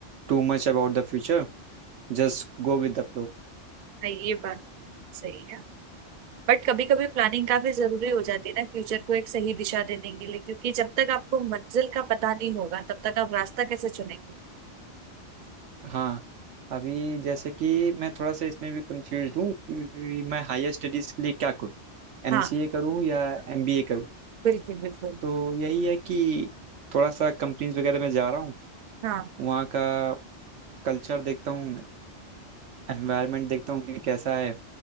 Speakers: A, on the right; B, on the right.
A: too much about the future just go with the flow
B: हाँ ये बात सही है बट कभी कभी प्लानिंग काफी जरूरी हो जाती है ना फ्यूचर को एक सही दिशा देने के लिए क्योंकि जब तक आपको मंजिल का पता नहीं होगा तब तक आप रास्ता कैसे चुनेंगे
A: हाँ अभी जैसे कि मैं थोड़ा सा इसमें भी कंफ्यूज हूँ कि मैं हायर स्टडीज़ के लिए क्या करूँ एमसीए
B: हाँ
A: करूँ या एमबीए करूँ
B: बिल्कुल बिल्कुल
A: तो यही है कि थोड़ा सा कंपनीज वगैरह में जा रहा हूँ
B: हाँ
A: वहाँ का कल्चर देखता हूँ एनवायरनमेंट देखता हूँ कि कैसा है